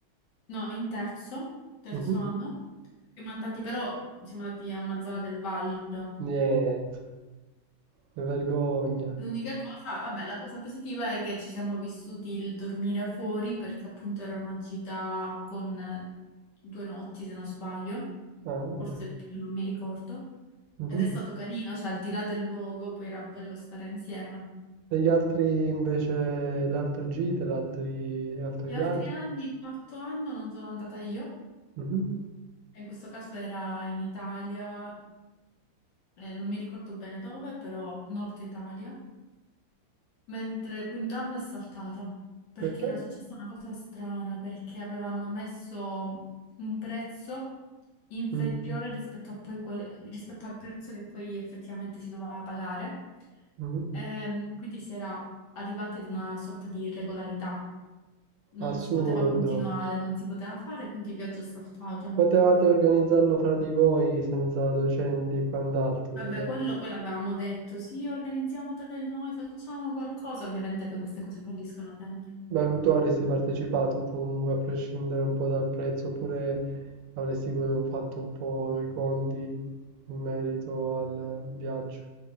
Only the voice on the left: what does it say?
no, in terzo, terzo
anno. Siamo andati però, siamo andati a Mazzara del Vallo.
L'unica cosa, vabbè, la cosa positiva è che ci siamo vissuti il dormire fuori perché appunto era una gita con due notti, se non sbaglio,
forse più, non mi ricordo.
Ed è stato carino, cioè al di là del luogo poi era bello stare insieme.
Gli
altri anni, il quarto anno, non sono andata io.
E In questo caso era in Italia, eh, non mi ricordo bene dove, però Nord Italia, mentre Quintanno è saltata perché
era successa una cosa strana, perché avevano messo un prezzo inferiore
rispetto a poi quel- rispetto al prezzo che poi effettivamente si doveva pagare.
Ehm, quindi si era arrivati ad una sorta di irregolarità, non
si poteva continuare, non si poteva fare, quindi il viaggio è saltato.
Vabbè,
quello poi l'avevamo detto, sì, organizziamo tra di noi, facciamo qualcosa. Ovviamente poi queste cose falliscono sempre.